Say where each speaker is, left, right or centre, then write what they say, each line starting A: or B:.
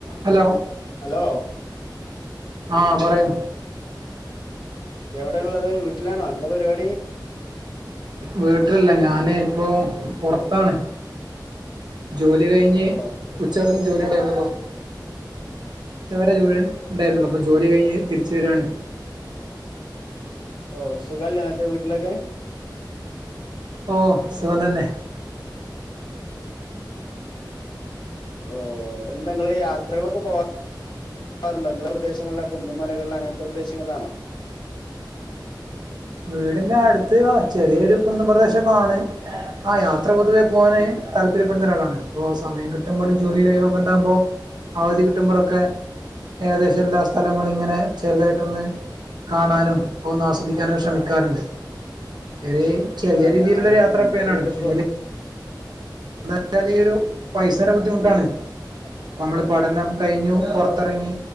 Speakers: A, on the right; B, on the left.
A: Hello
B: hello
A: ആഹ് പറയൂ?
B: എവിടെ ഉള്ളത് വീട്ടിലാണോ എന്താ പരിപാടി?
A: വീട്ടിലല്ല ഞാന് ഇപ്പൊ പൊറത്താണ്. ജോലി കഴിഞ്ഞ്
B: ഓ
A: ഉച്ചവരെന്ന് ജോലി ഉണ്ടായിന്നല്ലോ. ചവരെ ജോലി ഇണ്ടായിരുന്നു. അപ്പൊ ജോലി കഴിഞ്ഞ് തിരിച്ച് വരുവാണ്.
B: <unintelligible> ഓ സുഖല്ലേ ന്നട്ട് വീട്ടിലൊക്കെ?
A: ഓ സുഖം തന്നെ.
B: ഓ എന്തങ്ങള് യാത്രകളൊക്കെ പോവാ രുണ്ടെങ്കി പ്രദേശങ്ങളില കുന്ന മലകളില അങ്ങനത്തെ പ്രദേശങ്ങളിലാണോ?
A: വീടിന്റെ അടുത്ത് ചെറിയൊരു കുന്നുംപ്രേതേശംണ് ആ യാത്ര പൊതുവെ പോകാന് താല്പര്യ പ്പെടുന്ന ഒരാളാണ് അപ്പോ സമയം കിട്ടുമ്പോഴും ജോലി ലൈവ ഒക്കെണ്ടകുമ്പോ അവധി കിട്ടുമ്പോഴൊക്കെ ഏകദേശം എല്ലാ സ്ഥലങ്ങളും ഇങ്ങനെ ചെറുതായിട്ടൊന്ന് കാണാനും ഒന്ന് ആസ്വദിക്കും ക്കാനും ശ്രമിക്കാറുണ്ട് വറെ ചെറിയ
B: ആ
A: രീതിയിലുള്ള
B: ഞാന്
A: ഒരു യാത്ര
B: ഇന്റെ
A: പ്രിയനാണ്
B: വീടിപ്പോ
A: പക്ഷെ എന്നാല് ഈ ഒരു പൈസേന്റെ ബുദ്ധിമുട്ടാണ് നമ്മള് പഠനം കഴിഞ്ഞു പുറത്തിറങ്ങി